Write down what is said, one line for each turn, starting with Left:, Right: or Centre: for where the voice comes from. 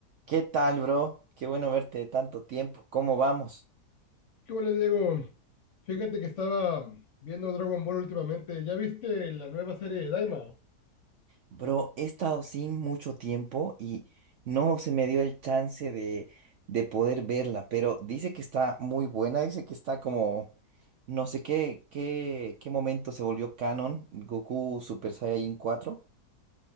Right: ¿Qué tal, bro? Qué bueno verte de tanto tiempo. ¿Cómo vamos?
Left: ¿Qué hola, Diego? Fíjate que estaba viendo Dragon Ball últimamente. ¿Ya viste la nueva serie de Daima?
Right: Bro, he estado sin mucho tiempo y no se me dio el chance de, de poder verla, pero dice que está muy buena, dice que está como, no sé qué, qué, qué momento se volvió canon, Goku Super Saiyajin cuatro.